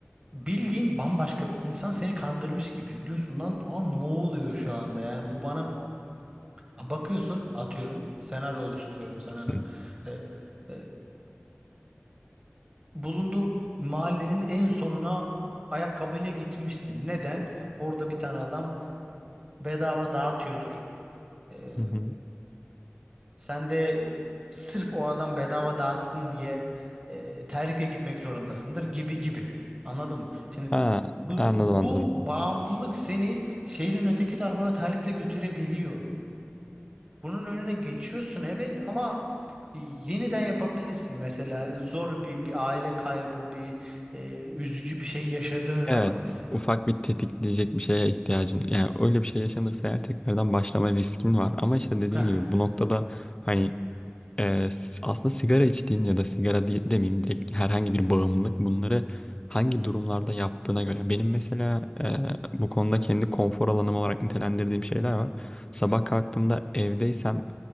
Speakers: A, on the right; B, on the left.
A: bildiğin bambaşka bir insan seni kandırmış gibi. Diyorsun lan aa ne oluyor şu anda? Yani bu bana Ha, bakıyorsun atıyorum senaryo oluşturuyorum sana hemen.
B: Hı.
A: Ee, e, bulunduğun mahallenin en sonuna ayakkabıyla gitmişsin. Neden? Orada bir tane adam bedava dağıtıyordur. E,
B: Hı hı.
A: Sen de sırf o adam bedava dağıtsın diye e, terlikle gitmek zorundasındır gibi gibi. Anladım. Şimdi
B: Ha,
A: bu,
B: anladım
A: bu
B: anladım.
A: bağımlılık seni şehrin öteki tarafına terlikle götürebiliyor. Bunun önüne geçiyorsun evet ama e, yeniden yapabilirsin. Mesela e, zor bir, bir aile kaybı, bir e, üzücü bir şey yaşadığın
B: Evet.
A: zaman mesela.
B: Ufak bir tetikleyecek bir şeye ihtiyacın. Yani öyle bir şey yaşanırsa eğer tekrardan başlama riskin var. Ama işte dediğim
A: Heh,
B: gibi bu noktada hani Ee, s- aslında sigara içtiğin ya da sigara diye, demeyeyim direkt herhangi bir bağımlılık bunları hangi durumlarda yaptığına göre. Benim mesela e, bu konuda kendi konfor alanım olarak nitelendirdiğim şeyler var. Sabah kalktığımda evdeysem